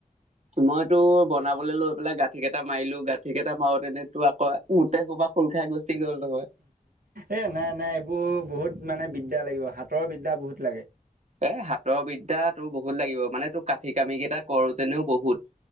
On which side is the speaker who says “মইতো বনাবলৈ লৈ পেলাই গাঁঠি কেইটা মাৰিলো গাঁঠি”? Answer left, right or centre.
Right